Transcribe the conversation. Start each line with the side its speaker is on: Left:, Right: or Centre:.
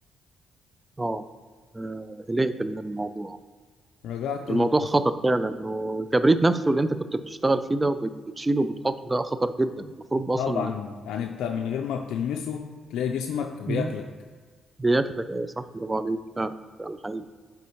Right: اه آه، قلقت من الموضوع
Left: رجعت ال...
Right: الموضوع خطر فعلا انه الكبريت نفسه اللي انت كنت بتشتغل فيه ده وبتشيله وبتحطه ده خطر جدا المفروض اصلا
Left: طبعا يعني انت من غير ما بتلمسه تلاقي جسمك بياكلك
Right: مم. بياكلك ايوه صح برافو عليك فعلا فعلا حقيقي